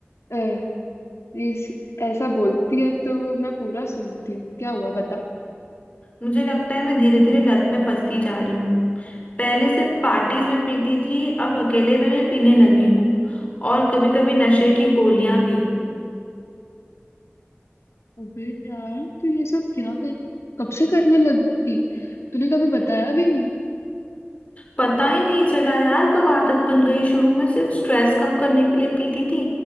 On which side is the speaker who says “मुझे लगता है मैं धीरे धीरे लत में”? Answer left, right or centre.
Left